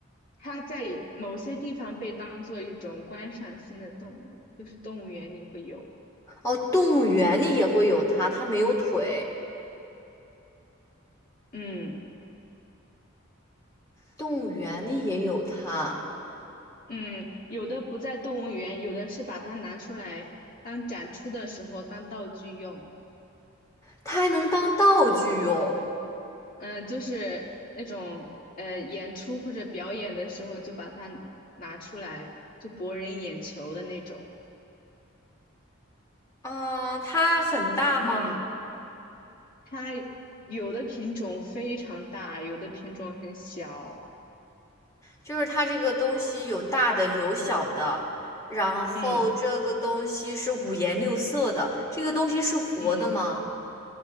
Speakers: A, on the left; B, on the left.
A: 它在某些地方被当做一种观赏性的动物，就是动物园里会有。
B: 哦，动物园里也会有它，它没有腿，
A: 嗯。
B: 动物园里也有它，
A: 嗯，有的不在动物园，有的是把它拿出来当展出的时候当道具用。
B: 它还能当道具用。
A: 嗯，就是那种呃演出或者表演的时候就把它拿出来，就博人眼球的那种。
B: 啊、它很大吗？
A: 嗯，它有的品种非常大，有的品种很小。
B: 就是它这个东西有大的有小的，然后这个东西是五颜六色的，
A: 嗯
B: 这个东西是活的吗？
A: 嗯，